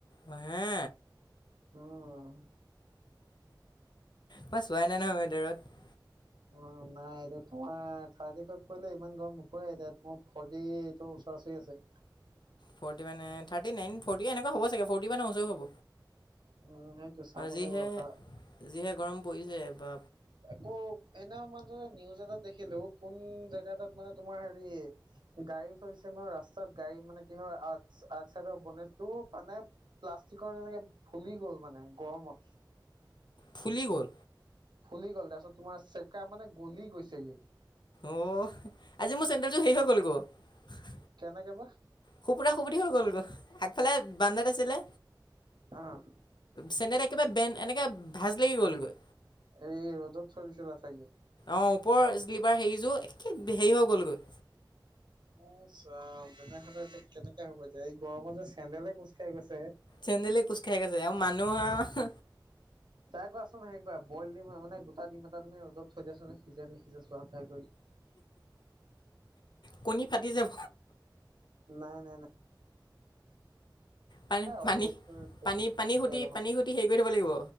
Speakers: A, on the left; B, on the right.
A: অ, হে।
B: অ',
A: মই চোৱাই নাই নহয় ভিতৰত।
B: অ নাই এইটো তোমাৰ থাৰ্টি ফাইভ পৰিলে ইমান গৰম নপয় এতিয়া ফৰটি ইয়ট। চোৱা চোৱা আছে।
A: ফটি মানে থাৰ্টি নাইন ফৰটি এনেকুৱা হ'ব চাগে ফৰটি মানে ওচৰৰ হ'ব।
B: উম সেইটো চাব
A: যিহে
B: লাগিব ৰখা
A: যিহে গৰম পৰিছে বা।
B: একো এনে ম নিউজ এ দেখিলো কোন জেগা তাত মানে তোমাৰ হেৰি গাড়ী থৈছে। ৰাস্তাত গাড়ী মানে কি হয়। আগ আগ চাইডৰ বনেটটো মানে প্লাষ্টিকৰ এনেকে। ফুলি গ'ল মানে গৰমত।
A: ফুলি গ'ল।
B: ফুলি গ'ল তাৰপিছত তোমাৰ চেকা মানে। গলি গৈছেগে
A: অ আজি মোৰ চেণ্ডেলযোৰ শেষ হৈ গ'ল গৈ।
B: কেনে কে বা।
A: সুপুত সুপুট হৈ গ'ল গৈ আগফালে বান্দাত আছিলে।
B: আহ
A: চেন্দেল একেবাৰে বেন এনেকে ভাজ লাগি গ'লগৈ।
B: এই ৰ'দত থয় দিছিলা চাগে।
A: অ ওপৰ শ্লিপাৰ হেৰিযোৰ একে হেৰি হৈ গ'লগৈ।
B: উ চাও তেনেহ'লে এতি কেনেকে হ'ব এতিয়া এই গৰমত যে চেন্দেলে খোজকাঢ় গৈছে।
A: চেন্দেলে কোজ খাই গৈছে, আৰু মানুহ আহ।
B: টাই কোৱাচোন হেৰি কৰা বইল দিম মানে গোটা দিম এটা তুি ৰ'দত থৈ দিয়ছোন নে সিজে নি সিজে চোৱা। ট্ৰাই কৰি
A: কণী ফাটি যাব।
B: নাই নাই
A: পানী,
B: এ
A: পানী,
B: অমলেটটো থৈ
A: পানী,
B: দিয়া
A: পানী, খুটি
B: তেল অকণ
A: পানী খুটি হেৰি কৰি থ'ব লাগিব